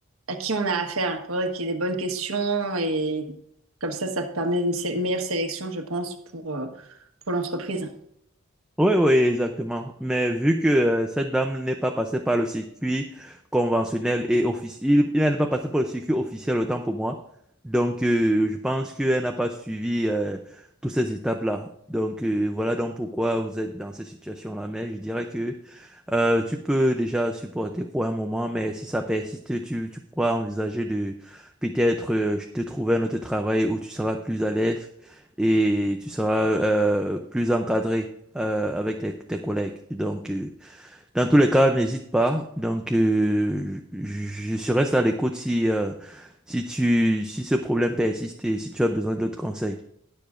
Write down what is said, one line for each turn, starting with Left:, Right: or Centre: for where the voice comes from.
Right: à qui on a affaire. Il faudrait qu'il y ait des bonnes questions et comme ça, ça permet une sé- meilleure sélection, je pense, pour, euh, pour l'entreprise.
Centre: Oui, oui, exactement. Mais vu que euh, cette dame n'est pas passée par le circuit conventionnel et officiel, il, n'est pas passée par le circuit officiel autant pour moi. Donc, euh, je pense qu'elle n'a pas suivi euh, toutes ces étapes-là. Donc, euh, voilà donc pourquoi vous êtes dans cette situation-là. Mais je dirais que euh, tu peux déjà supporter pour un moment, mais si ça persiste, tu, tu pourras envisager de peut-être euh, te trouver un autre travail où tu seras plus à l'aise et tu seras euh, plus encadré euh, avec tes, tes collègues. Donc, euh, dans tous les cas, n'hésite pas. Donc, euh, je, je je reste à l'écoute si, euh, si tu, si ce problème persiste et si tu as besoin d'autres conseils.